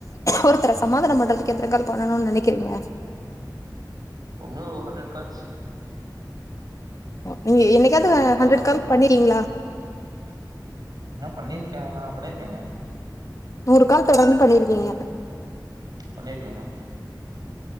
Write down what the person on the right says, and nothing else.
ஒன்னு ஒரு ஹண்ரட் கால்ஸ்
ஒரு நூறு கால்னாலு
பண்ணணு
ஆ பண்ணிருக்கே நா பண்ணிருக்கேங்க
பண்ணிருக்கேங்க